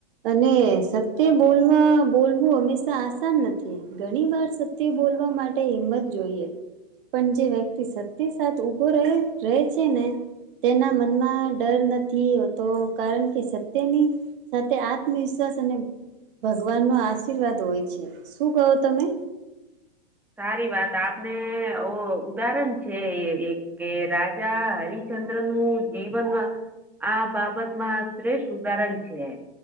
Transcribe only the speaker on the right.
અને સત્ય બોલવા બોલવું હંમેશા આસાન નથી ઘણી વાર સત તે બોલવા માટે હિંમત જોઈએ. પણ જે વ્યક્તિ સત્ય સા ઉભો રહે રહે છે ને તેના મનમાં ડર નથી હોતો કારણ કે સત્યની સાથે આત્મવિશ્વાસ અને ભગવાન નો આશીર્વાદ હોય છે. શું કહો તમે?